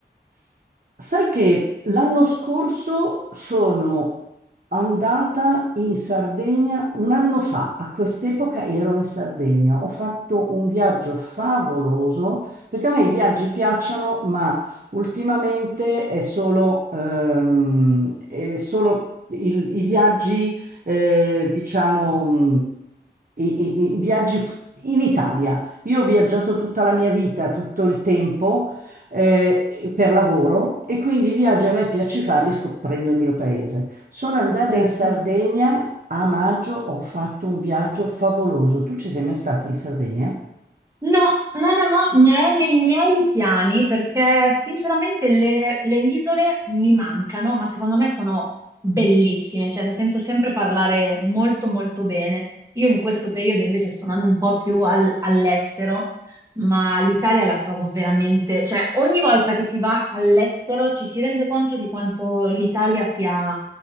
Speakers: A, on the right; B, on the right.
A: S- Sai che l'anno scorso sono andata in Sardegna, un anno fa, a quest'epoca ero in Sardegna, ho fatto un viaggio favoloso, perché a me i viaggi piacciono, ma ultimamente è solo, ehm, è solo il- i viaggi, eh, diciamo, mh, i, i- i viaggi fu- in Italia. Io ho viaggiato tutta la mia vita, tutto il tempo eh, per lavoro e quindi i viaggi a me piace farli scoprendo il mio paese. Sono andata
B: Certo.
A: in Sardegna a maggio, ho fatto un viaggio favoloso. Tu ci sei mai stata in Sardegna?
B: No, no, no, no, ma è nei miei piani perché sinceramente le, le isole mi mancano, ma secondo me sono bellissime, cioè ne sento sempre parlare molto molto bene. Io in questo periodo invece sto andando un po' più al- all'estero, ma l'Italia la trovo veramente, cioè ogni volta che si va all'estero ci si rende conto di quanto l'Italia sia